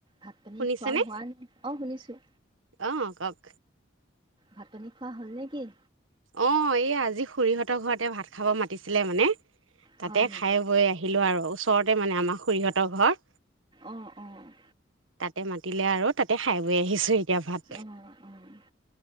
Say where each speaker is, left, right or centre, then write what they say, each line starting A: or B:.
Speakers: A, on the right (about 25°); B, on the right (about 80°).
A: ভাত-পানী
B: শুনিছেনে?
A: খোৱা হোৱা, আও শুনিছোঁ।
B: অ' কওক।
A: ভাত-পানী খোৱা হ'ল নে কি?
B: অ', এইয়া আজি খুৰীহঁতৰ ঘৰতে ভাত খাব মাতিছিলে মানে। তাতেই
A: হয় নেকি
B: খাই-বৈ আহিলোঁ আৰু। ওচৰতে মানে আমাৰ খুইহঁতৰ ঘৰ।
A: অঁ অঁ।
B: তাতে মাতিলে আৰু তাতে খাই বৈ আহিছোঁ এতিয়া ভাত।
A: অ' অ',